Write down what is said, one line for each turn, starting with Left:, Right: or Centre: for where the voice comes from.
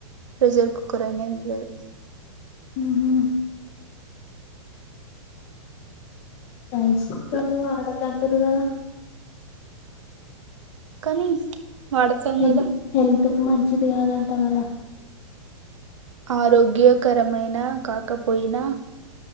Right: విజిల్ కుక్కర్ అయినా ఎం లేదు
Left: ఉహు రైస్ కుక్కర్లు
Right: అట్లా
Left: వాడొద్దంటుర్రు కదా
Right: కానీ వాడుతాం
Left: హెల్
Right: గదా
Left: హెల్త్ మంచిది కాదంటవ్ కదా
Right: ఆరోగ్యకరమైన కాకపోయినా